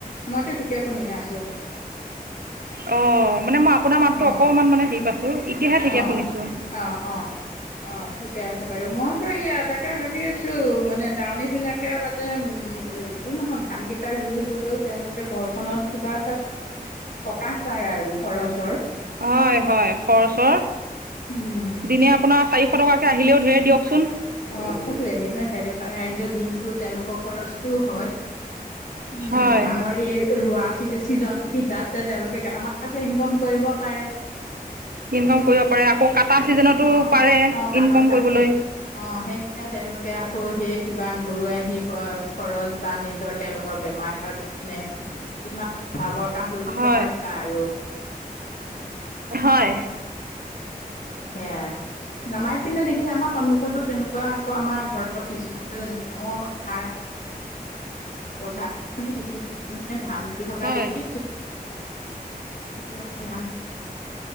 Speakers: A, on the left; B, on the right.
A: মইতো ঠিকে শুনি আছোঁ।
B: অ', মানে মই আপোনাৰ মাততো অকমান
A: অ
B: মানে হেৰি পাইছো। এতিয়াহে
A: অ',
B: ঠিকে শুনিছো।
A: অ', অ'। অ', ঠিকে আছে বাৰু। মই আকৌ এয়া তাকে ভাবি আছো মানে দাৱনীবিলাকে মান উম, যি নহওক ধান কেইটা ৰুই হলেও তেওঁলোকে ঘৰখনত কিবা এটা প্ৰকাশ পায় আৰু খৰচৰ
B: হয় - হয়, খৰচৰ।
A: উম, হুম।
B: দিনে আপোনাৰ চাৰিশ টকাকে আহিলেও ধেৰ দিয়কচোন।
A: অ', সেইটোৱে এদিনা চাইডৰ আহিলে দিনটো তেওঁলোকৰ খৰচটোও হয়। উম,
B: হয়
A: ধানৰ এই ৰুৱা। ছিজন কিতাতে তেওঁলোকে কেইটামান পইচা ইনকাম কৰিব পাৰে।
B: ইনকাম কৰিব পাৰে আকৌ কাটা ছিজনতো
A: অ', অ',
B: পাৰে
A: কাটা
B: ইনকম কৰিবলৈ।
A: অ', সেই তেওঁলোকে আকৌ সেয়ে কিবা ঘৰুৱা আহি খৰচ বা নিজৰ তেওঁলোকৰ বেমাৰ। <unintelligible> কিছুমান প্ৰভাৱৰ কাম কৰিব
B: হয়
A: পাৰে আৰু অ',
B: হয়
A: এ সেয়াই। নামাই পিনে দেখি আমাৰ সন্মুখতো তেনেকুৱা আকৌ আমাৰ ঘৰৰ পিছফালেও <unintelligible> <unintelligible> পথাৰ কিছুমান মানুহে ধান ৰুই থকা
B: হয়
A: দেখি কিছুমান